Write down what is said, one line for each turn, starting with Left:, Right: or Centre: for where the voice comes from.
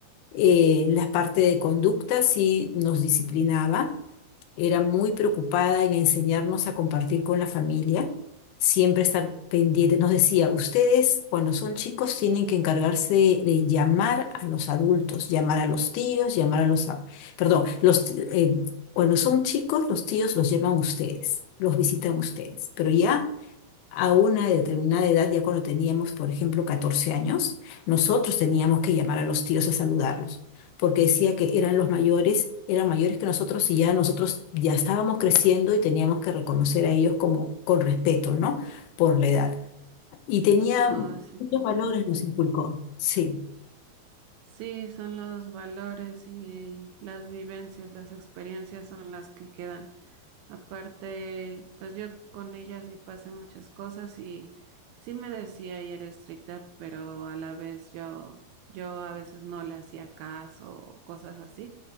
Left: Eh, la parte de conducta sí nos disciplinaba, era muy preocupada en enseñarnos a compartir con la familia, siempre estar pendiente. Nos decía, ustedes cuando son chicos tienen que encargarse de, de llamar a los adultos, llamar a los tíos, llamar a los... a- Perdón, los, t- eh, cuando son chicos los tíos los llaman ustedes, los visitan ustedes, pero ya a una determinada edad, ya cuando teníamos, por ejemplo, 14 años, nosotros teníamos que llamar a los tíos a saludarlos, porque decía que eran los mayores, eran mayores que nosotros y ya nosotros ya estábamos creciendo y teníamos que reconocer a ellos como con respeto, ¿no? Por la edad. Y tenía
Right: Oh, sí,
Left: muchos
Right: qué bonito.
Left: valores, nos inculcó. Sí.
Right: Sí, son los valores y las vivencias, las experiencias son las que quedan. Aparte, pues yo con ella sí pasé muchas cosas y sí me decía y era estricta, pero a la vez yo, yo a veces no le hacía caso o cosas así.